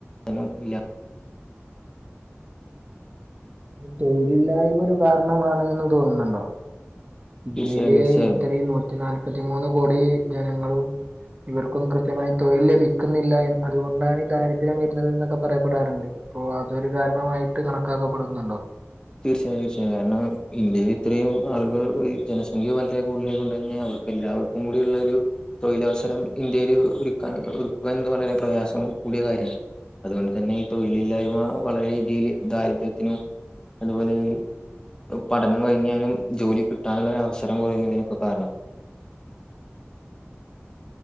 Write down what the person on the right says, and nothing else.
തൊഴിലില്ലായ്മ ഒരു കാരണമാണ്ന്ന് തോന്നുന്നുണ്ടോ? ഇന്ത്യയില്
ഇത്രയും നൂറ്റി നാല്പത്തിമൂന്ന് കോടി ജനങ്ങളും ഇവർക്കൊന്നും കൃത്യമായി തൊഴിൽ ലഭിക്കുന്നില്ലാ എൻ അതുകൊണ്ടാണ് ഈ ദാരിദ്ര്യം വരുന്നത് എന്നൊക്കെ പറയപ്പെടാറുണ്ട് അപ്പോ അതൊരു കാരണമായിട്ട് കണക്കാക്കപ്പെടുന്നുണ്ടോ?